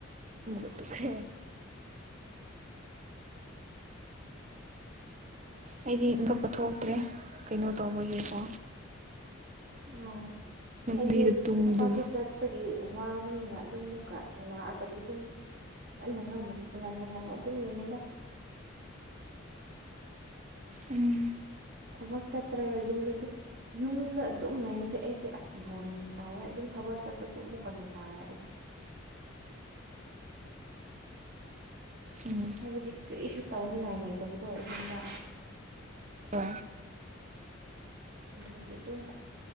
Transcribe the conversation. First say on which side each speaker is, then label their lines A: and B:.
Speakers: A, on the right (about 35°); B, on the right (about 50°).
A: ꯃꯨꯕ ꯇꯨꯈ꯭ꯔꯦ ꯑꯩꯗꯤ ꯏꯀꯞꯄ ꯊꯣꯛꯇ꯭ꯔꯦ ꯀꯩꯅꯣ ꯇꯧꯕꯒꯤꯀꯣ
B: ꯑꯣ ꯑꯩꯗꯤ
A: ꯃꯤꯗ ꯇꯨꯡꯗꯨ
B: ꯊꯕꯛꯁꯨ ꯆꯠꯄꯒꯤ ꯋꯥꯕꯅꯤꯅ ꯑꯗꯨꯝ ꯑꯃꯨꯛꯀ ꯂꯥꯛꯑꯒꯗꯤ ꯑꯗꯨꯝ ꯉꯟꯅ ꯉ ꯉꯟꯅ ꯉꯟꯅ ꯑꯗꯨꯝ ꯌꯦꯡꯉꯦꯗ
A: ꯎꯝ
B: ꯊꯕꯛ ꯆꯠꯇ꯭ꯔꯒ ꯌꯨꯝꯗ ꯑꯗꯨ ꯌꯨꯝꯗ ꯑꯗꯨꯝ ꯂꯩꯔꯤꯗꯤ ꯑꯩꯗꯤ ꯑꯁ ꯕꯣꯔꯤꯡ ꯇꯧꯋꯦ ꯑꯗꯨꯝ ꯊꯕꯛ ꯆꯠꯄꯁꯨ ꯑꯃꯨꯛꯀ ꯅꯨꯡꯉꯥꯏꯔꯦꯗ
A: ꯎꯝ
B: ꯍꯥꯏꯕꯗꯤ ꯀꯔꯤꯁꯨ ꯇꯧꯅꯤꯡꯉꯥꯏ ꯂꯩꯇꯕꯗꯣ ꯑꯩꯨꯝꯗ
A: ꯍ
B: ꯑꯗꯨꯒꯤ ꯑꯗꯨꯝ